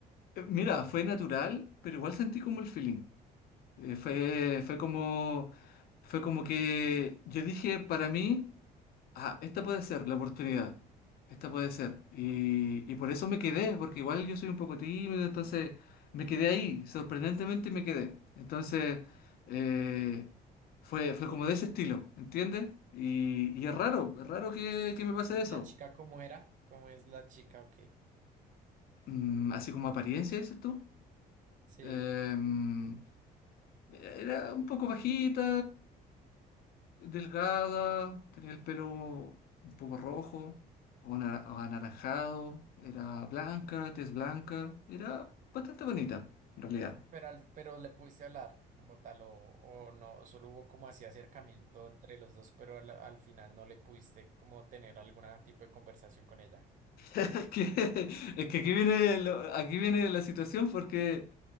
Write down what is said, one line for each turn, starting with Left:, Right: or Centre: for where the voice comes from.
Left: Eh, Mira, fue natural, pero igual sentí como el feeling. Eh, fue, fue como, fue como que yo dije para mí, ah, esta puede ser la oportunidad, esta puede ser. Y, y por eso me quedé, porque igual yo soy un poco tímido, entonces me quedé ahí, sorprendentemente me quedé. Entonces eh, fue, fue como de ese estilo, ¿entiendes? Y, y es raro, es raro que, que me pase eso.
Right: ¿Y ¿La chica cómo era? ¿Cómo es la chica? Ok.
Left: Mm, así como apariencia, dices tú.
Right: Sí.
Left: Em, Era un poco bajita, delgada, tenía el pelo un poco rojo o, ana- o anaranjado, era blanca, tez blanca, era bastante bonita en realidad.
Right: Pero, al- pero le pudiste hablar como tal o, o no, solo hubo como así acercamiento entre los dos, pero al, al final no le pudiste como tener algún tipo de conversación con ella.
Left: Es que, <laughs> es que aquí viene lo- aquí viene la situación porque